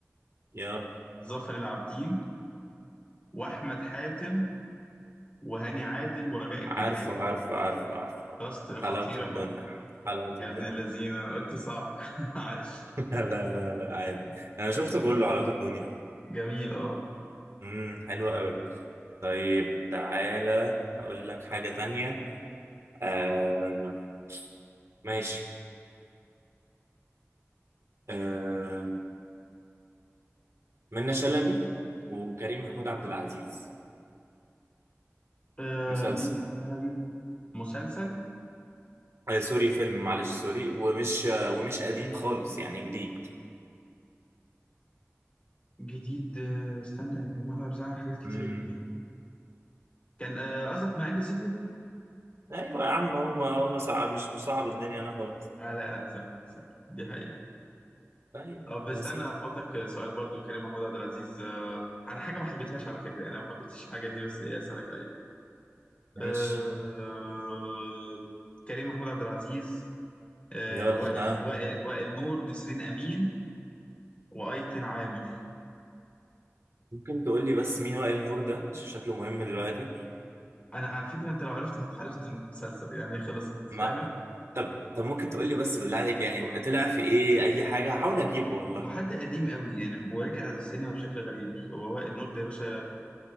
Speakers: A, on the right; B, on the left.
A: يلا
B: ظافر العابدين واحمد حاتم وهاني عادل ورجاء الجدال
A: عارفه عارفه عارفه عارفه عارفه.
B: كاست
A: حلاوة
B: خطير
A: الدنيا
B: اهو
A: حلاوة
B: يا
A: الدنيا
B: ابن الذين انا قلت صعب <laughs> عاش
A: <laughs> لا لا لا عادي أنا شفته كله حلاوة الدنيا
B: جميل اه
A: امم حلوة قوي طيب تعالى أقول لك حاجة تانية آه ماشي آه منة شلبي وكريم محمود عبد العزيز
B: آه،
A: مسلسل
B: مين الحلبي مسلسل
A: آه سوري فيلم معلش سوري ومش آه ومش قديم خالص يعني جديد
B: جديد آه، استنى يا جماعة هو بيعمل حاجات كتير
A: امم
B: جديد كان آه، قصدك من اجل زيكو
A: أيوة يا عم هو ما هو ما صعب مش مش صعب الدنيا أنا خالص
B: آه لا لا سهل سهل دي حقيقة
A: أيوة
B: طب
A: بسيطة
B: استنى هخبطك سؤال برضو كريم محمود عبد العزيز آه، أنا حاجة ما حبيتهاش على فكرة يعني أنا ما حبيتش الحاجة دي بس إيه أسألك عليها
A: ماشي
B: آه، كريم محمود عبد العزيز آه،
A: يلا
B: وائل
A: ها
B: وائل وائل نور نسرين أمين وأيتن عامر
A: ممكن تقول لي بس مين وائل نور ده ش- شكله مهم دلوقتي
B: أنا على فكرة أنت لو عرفت هت- عرفت المسلسل يعني خلصت فاهم
A: ما طب طب ممكن تقول لي بس بالله عليك يعني طلع في ايه اي حاجه هحاول اجيبه والله
B: وحد قديم قوي يعني ورجع للسينما بشكل غريب هو وائل نور ده يا باشا